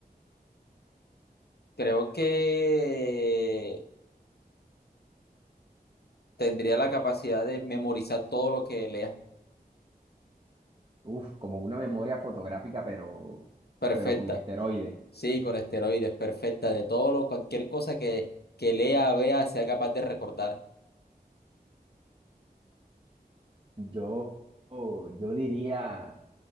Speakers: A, on the left; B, on the right.
A: creo que tendría la capacidad de memorizar todo lo que lea.
B: Uf, como una memoria fotográfica, pero,
A: Perfecta.
B: pero con esteroides.
A: Sí, con esteroides, perfecta. De todo lo, cualquier cosa que, que lea, vea, sea capaz de recordar.
B: Yo, yo diría